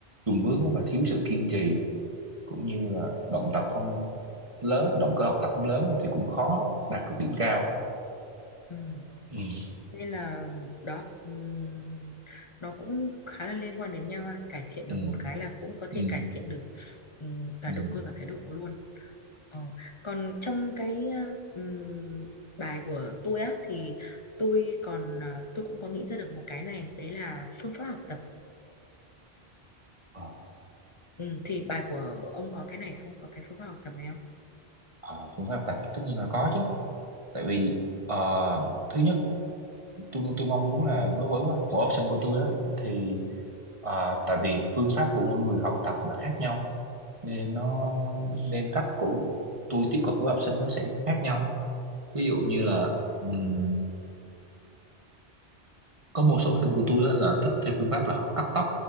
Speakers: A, on the right; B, on the left.
A: chùn bước á, mà thiếu sự kiên trì cũng như là động tập không lớn động cơ học tập không lớn thì cũng khó đạt được điểm cao
B: Ừm,
A: ừ
B: nên là đó ừm, nó cũng khá là liên quan đến nhau ha cải thiện
A: ừ
B: được một cái là cũng có
A: ừ
B: thể cải thiện được ừm, cả
A: ừ
B: động cơ cả thái độ luôn Ờ, còn trong cái ờ, ừm, bài của tôi á thì tôi còn ờ, tôi cũng có nghĩ ra được một cái này đấy là phương pháp học tập
A: ờ,
B: Ừm, thì bài của ông có cái này không có cái phương pháp học tập này không
A: ờ, phương pháp tập tất nhiên là có chứ tại vì ờ, thứ nhất tôi tôi mong muốn là đối với mỗi học sinh của tôi á thì ờ, tại vì phương pháp của mỗi người học tập là khác nhau nên nó nên cách của tôi tiếp cận với học sinh nó sẽ khác nhau ví dụ như là ừm, có một số học sinh của tôi á là thích theo phương pháp là học cắt tóc